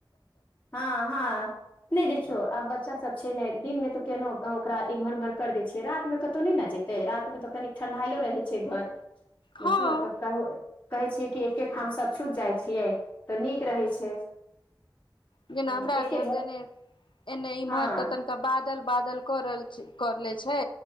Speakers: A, on the left; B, on the left.
A: हँ हँ नहि देखियौ आब बच्चा सब छै दिन मे त के ओकरा इमहर-उमहर कर दै छियै रातमे कतहु नहि ने जेतै रातिमे तऽ कनि ठंढाइलो रहै छै घर
B: हँ
A: बुझल तका हो कहै छियै कि एकेठाम सभ छुट जाइ छियै तऽ नीक रहै छै
B: जेना
A: हँ,
B: हमरा आर
A: एके
B: घर देने एने इमहर
A: हँ
B: तऽ तनिका बादल बादल करल कर ले छै